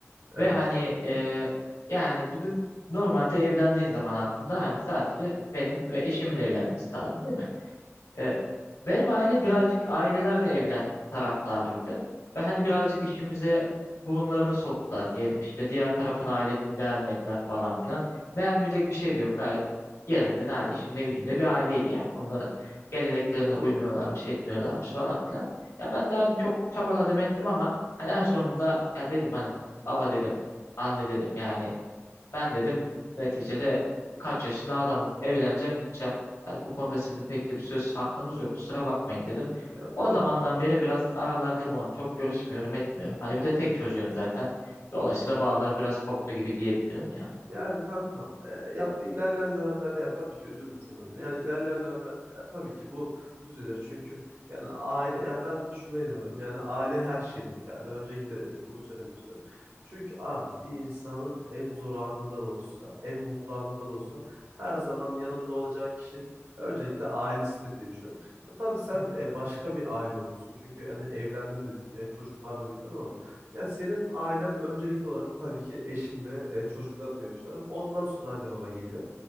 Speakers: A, on the right; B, on the left.
A: Evet.
B: ve hani e, yani bizim normalde evlendiğin zaman aslında hani sadece benim ve eşimin evlenmesi lazım değil mi? E, benim aile birazcık aileler de evlensin taraftarıydı. Ve hani birazcık işimize burunlarını soktular diyelim. İşte diğer tarafın ailesini beğenmediler falan filan. Beğenmeyecek bir şey de yok gayet. Yerinde de hani işinde gücünde bir aileydi yani. Onların geleneklerine uymuyorlarmış, etmiyorlarmış falan filan. Ya ben de hani çok çabaladım ettim ama hani en sonunda ya dedim hani baba dedim, anne dedim yani ben dedim neticede kaç yaşında adamım. Evleneceğim gideceğim. Hani bu konuda sizin pek de bir söz hakkınız yok. Kusura bakmayın dedim.
A: Ya
B: O
A: doğru.
B: zamandan beri biraz aralar limon. Çok görüşmüyorum etmiyorum. Hani bir de tek çocuğum zaten. Dolayısıyla
A: Hı hı.
B: bağlar biraz koptu gibi diyebilirim ya.
A: Yani kankam e, ya bu ilerleyen dönemlerde ya tabii ki üzüldüm senin adına. Yani ilerleyen dönemlerde ya tabii ki bu düzelir. Çünkü yani aile ya ben şuna inanıyorum. Yani aile her şeydir. Yani ben öncelikle bunu söylemek istiyorum. Çünkü abi bir insanın en zor anında da olsa, en mutlu anında da olsa her zaman yanında olacağı kişi öncelikle ailesidir diye düşünüyorum. Ya tabii sen
B: <laughs>
A: e, başka bir aile olmuşsun. Çünkü yani evlendim dedin. E, çocuk var mı bilmiyorum ama yani senin ailen öncelikli olarak tabii ki eşin ve e, çocukların diye düşünüyorum. Ondan sonra anne baba geliyor.